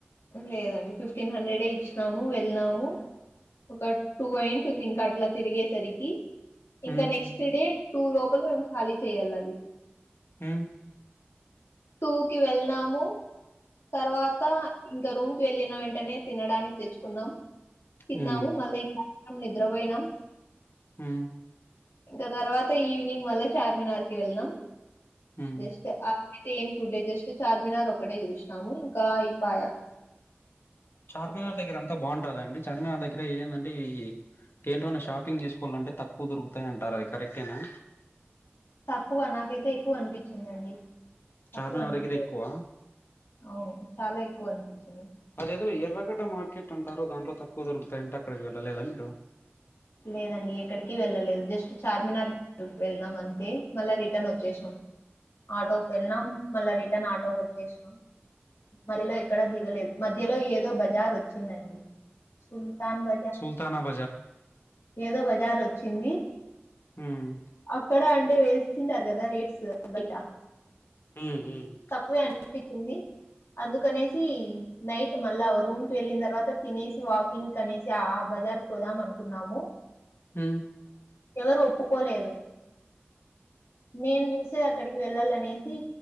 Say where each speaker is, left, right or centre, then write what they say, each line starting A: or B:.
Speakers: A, on the left; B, on the left.
A: లేదండి ఫిఫ్టీన్ హండ్రెడే ఇచ్చినాము వెళ్ళినాము ఒక టూ అయింటుంది ఇంకా అట్లా తిరిగే సరికి ఇంకా
B: హ్మ్
A: నెక్స్ట్ డే టూ లోపల మేము ఖాళీ చేయాల అది
B: ఉమ్
A: టూ కి వెళ్లినాము తర్వాత ఇంకా రూమ్‌కి వెళ్ళిన వెంటనే తినడానికి తెచ్చుకున్నాం తిన్నాము
B: హ్మ్
A: మళ్ళ <inaudible> నిద్రపోయినాం
B: ఉమ్మ్
A: ఇంకా తర్వాత ఈవినింగ్ మళ్ళా చార్మినార్‌కి వెళ్ళినాం
B: హ్మ్
A: జస్ట్ ఆ అయితే ఏం చూడ్లే జస్ట్ చార్మినార్ ఒకటే చూసినాము ఇంకా అయిపాయా
B: చార్మినార్ దగ్గర అంతా బాగుంటదండి చార్మినార్ దగ్గర ఏందంటే ఈ ఏంటివన్నా షాపింగ్ చేసుకోవాలంటే తక్కువ దొరుకుతాయి అంటారు అది కరెక్టేనా
A: తక్కువ నాకైతే ఎక్కువ అనిపిచిందండి తక్కువ
B: చార్మినార్
A: అనిపిలేదు
B: దగ్గర ఎక్కువ
A: అవును చాలా ఎక్కువ అనిపిచింది
B: అదేదో ఎర్రగడ్డ మార్కెట్ అంటారు దాంట్లో తక్కువ దొరుకుతాయంట అక్కడికి వెళ్ళలేదా మీరు
A: లేదండి ఎక్కడికి వెళ్ళలేదు జస్ట్ చార్మినార్ వెళ్ళినాం అంతే మళ్ళా రిటర్న్ వచ్చేసా ఆటోకి వెళ్ళినం మళ్ళా రిటన్ ఆటోకి వచ్చేసినాం మధ్యలో ఎక్కడ దిగలేదు మధ్యలో ఏదో బజార్ వచ్చిందండి సుల్తాన్ బ
B: సుల్తానా బజారా
A: ఏదో బజార్ వచ్చింది
B: ఉమ్
A: అక్కడ అంటే ఎ సింటారు కదా రేట్స్ బైటా
B: ఉమ్మ్ ఉమ్మ్
A: తక్కువే అనిపిచింది అందుకనేసి నైట్ మళ్ళా రూమ్‌కి వెళ్ళిన తర్వాత తినేసి వాకింగ్‌ కనేసి ఆ బజార్‌‌కు పోదాం అనుకున్నాము
B: మ్.
A: ఎవరు ఒప్పుకోలేదు. నేను చూసే అక్కడికి వెళ్ళాల అనేసి